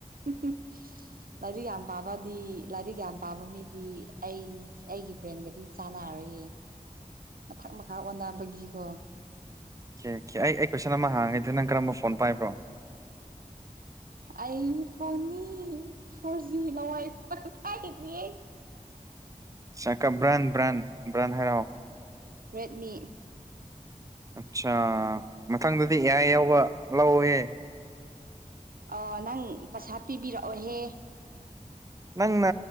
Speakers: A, on the right; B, on the right.
A: <unintelligible> ꯂꯥꯏꯔꯤꯛ ꯌꯥꯝ ꯄꯥꯕꯗꯤ ꯂꯥꯏꯔꯤꯛ ꯌꯥꯝ ꯄꯥꯕ ꯃꯤꯗꯤ ꯑꯩ ꯑꯩꯒꯤ ꯕ꯭ꯔꯦꯟꯒꯗꯤ ꯆꯥꯟꯅꯔ ꯑꯩꯌꯦ
B: <unintelligible>
A: ꯃꯊꯛ ꯃꯈꯥ ꯑꯣꯟꯅꯕꯒꯤꯀꯣ
B: ꯀꯦꯀꯦ ꯑꯩ ꯑꯩ ꯀꯣꯏꯁꯟ ꯑꯃ ꯍꯥꯡꯉꯦ ꯅꯪ ꯀꯔꯝꯕ ꯐꯣꯟ ꯄꯥꯏꯕ꯭ꯔꯣ
A: ꯑꯩ ꯐꯣꯟꯅꯤ ꯐꯣꯔꯖꯤ ꯂ ꯋꯥꯏꯐꯥꯏ ꯄꯥꯏꯔꯤꯌꯦ
B: ꯆꯥꯀ ꯕꯔ꯭ꯥꯟ ꯕ꯭ꯔꯥꯟ ꯕ꯭ꯔꯥꯟ ꯍꯦꯔꯛꯑꯣ
A: ꯔꯦꯗꯃꯤ
B: ꯑꯠꯆꯥ ꯃꯊꯪꯗꯗꯤ ꯑꯦ ꯑꯥꯏ ꯌꯥꯎꯕ ꯂꯧꯑꯣꯌꯦ
A: ꯑꯥ ꯅꯪ ꯄꯩꯁꯥ ꯄꯤꯕꯤꯔꯛꯑꯣꯍꯦ
B: ꯅꯪꯅ